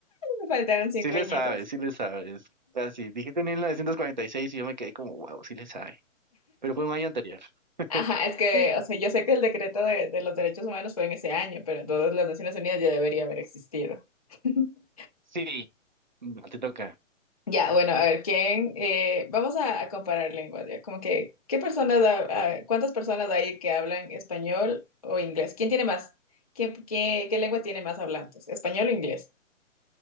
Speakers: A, on the left; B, on the right.
A: Me faltaron
B: Sí
A: cinco
B: le
A: añitos.
B: sabes, sí le sabes. Casi. Dijiste mil novecientos cuarenta y seis y yo me quedé como, wow, sí le sabe. Pero fue un año anterior.
A: Ajá, es que,
B: Sí.
A: o sea, yo sé que el decreto de, de los derechos humanos fue en ese año, pero entonces las Naciones Unidas ya debería haber existido. <laughs>
B: Sí, mm, te toca.
A: Ya, bueno, a ver, ¿quién? eh, vamos a, a comparar lenguas, ya, como que, ¿qué personas, ha- ha- cuántas personas hay que hablan español o inglés? ¿Quién tiene más? ¿Qué, qué, qué lengua tiene más hablantes? ¿Español o inglés?